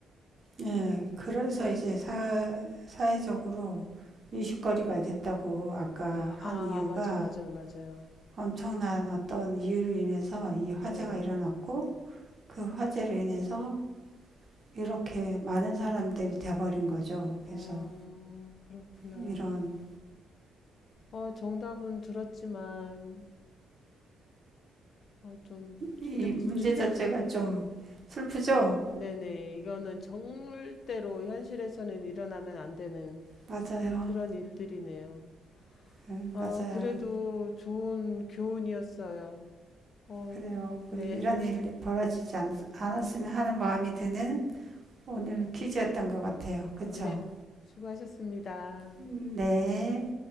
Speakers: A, on the right; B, on the left.
A: 네. 그래서 이제 사, 사회적으로 이슈거리가 됐다고 아까
B: 아,
A: 한
B: 아,
A: 이유가
B: 아, 맞아, 맞아, 맞아요.
A: 엄청난 어떤 이유로 인해서 이 화재가
B: 네.
A: 일어났고 그 화재로 인해서 이렇게 많은 사람들이 돼버린 거죠.
B: 어,
A: 그래서
B: 그렇구나.
A: 이런
B: 어, 정답은 들었지만, 어, 좀
A: 이
B: 충격,
A: 문제
B: 충격적.
A: 자체가 좀 슬프죠?
B: 네네. 이거는 절대로 현실에서는 일어나면 안 되는
A: 맞아요.
B: 그, 그런 일들이네요.
A: 네, 맞아요.
B: 어, 그래도 좋은 교훈이었어요. 어,
A: 그래요.
B: 네.
A: 우리 이런 일이 벌어지지 않, 않았으면 하는 마음이 드는 오늘 퀴즈였던 것 같아요. 그쵸?
B: 어, 네. 수고하셨습니다.
A: 음. 네.